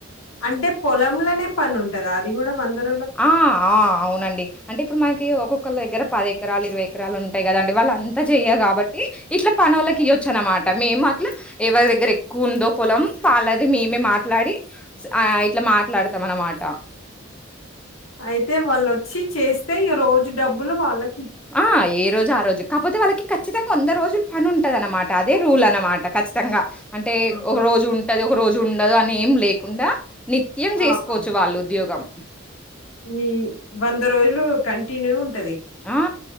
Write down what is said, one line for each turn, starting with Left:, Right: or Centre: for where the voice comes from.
Left: అంటే పొలంలోనే పని ఉంటది అది కూడా వందరో
Centre: ఆ ఆ అవునండి అంటే ఇప్పుడు మనకి ఒక్కొక్కళ్ళ దగ్గర పది ఎకరాలు ఇరవై ఎకరాలు ఉంటాయి కదండి వాళ్ళ అంతా చెయ్య కాబట్టి ఇట్లా పనోల్లకి ఇయ్వొచ్చు అనమాట మేము అట్లా ఎవరి దగ్గర ఎక్కువ ఉందో పొలం వాళ్ళది మేమే మాట్లాడి ఆ ఇట్లా మాట్లాడతాం అన్నమాట
Left: అయితే వాళ్ళొచ్చి చేస్తే ఈ రోజు డబ్బులు వాళ్ళకి
Centre: ఆ ఏ రోజు ఆ రోజు కాకపోతే వాళ్ళకి ఖచ్చితంగా వంద రోజులు పని ఉంటది అన్నమాట అదే రూల్ నీ ఇష్టం అన్నమాట ఖచ్చితంగా అంటే
Left: ఆహా!
Centre: ఒక రోజు ఉంటది ఒక రోజు ఉండదు అని ఏం లేకుండా నిత్యం చేసుకోవచ్చు
Left: ఆహా!
Centre: వాళ్ళు ఉద్యోగం
Left: ఈ వంద రోజులు కంటిన్యూ ఉంటా
Centre: ఆ